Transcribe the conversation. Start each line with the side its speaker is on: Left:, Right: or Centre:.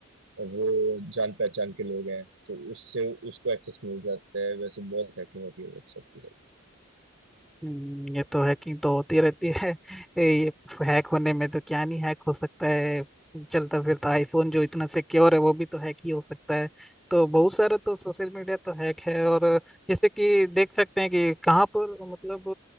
Right: वो जान पहचान के लोग हैं तो उससे उसको एक्सेस मिल जाता है वैसे बहुत हैकिंग होती है व्हाट्सएप की
Centre: हम्म, ये तो हैकिंग तो होती रहती है <laughs> ये हैक होने में तो क्या नहीं हैक हो सकता है चलता फिरता आईफोन जो इतना सिक्योर है वो भी तो हैक ही हो सकता है तो बहुत सारा तो सोशल मीडिया तो हैक है और जैसे कि देख सकते हैं कि कहाँ पर मतलब